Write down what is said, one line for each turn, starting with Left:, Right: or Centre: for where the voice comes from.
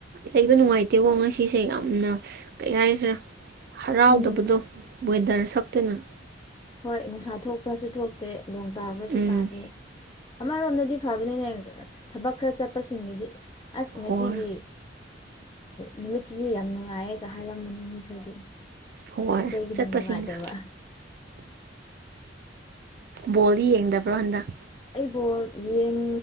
Right: ꯂꯩꯕ ꯅꯨꯡꯉꯥꯏꯇꯦꯀꯣ ꯉꯁꯤꯁꯦ ꯌꯥꯝꯅ ꯀꯩ ꯍꯥꯏꯔꯤꯁꯤꯔꯥ ꯍꯔꯥꯎꯗꯕꯗꯣ
Left: ꯎꯝ
Right: ꯋꯦꯗꯔ ꯁꯛꯇꯨꯅ
Left: ꯍꯣꯏ ꯅꯨꯡꯁꯥ ꯊꯣꯛꯄ꯭ꯔꯁꯨ ꯊꯣꯛꯇꯦ ꯅꯣꯡ ꯇꯥꯕ꯭ꯔꯁꯨ
Right: ꯎꯝ
Left: ꯇꯥꯗꯦ ꯑꯃꯔꯣꯝꯗꯗꯤ ꯐꯕꯅꯤꯅꯦ ꯊꯕꯛ ꯈꯔ ꯆꯠꯄꯁꯤꯡꯒꯤꯗꯤ ꯑꯁ ꯉꯁꯤꯒꯤ
Right: ꯍꯣꯏ
Left: ꯅꯨꯃꯤꯠꯁꯤꯗꯤ ꯌꯥꯝ ꯅꯨꯡꯉꯥꯏꯌꯦꯒ ꯍꯥꯏꯔꯝꯕꯅꯤ ꯃꯤ ꯈꯔꯗꯤ
Right: ꯍꯣꯏ
Left: ꯑꯩꯈꯣꯏꯒꯤꯅ
Right: ꯆꯠꯄꯁꯤꯡꯗꯣ
Left: ꯅꯨꯡꯉꯥꯏꯇꯕ
Right: ꯕꯣꯜꯗꯤ ꯌꯦꯡꯗꯕ꯭ꯔꯣ ꯍꯟꯗꯛ
Left: ꯑꯩ ꯕꯣꯜ ꯌꯦꯡ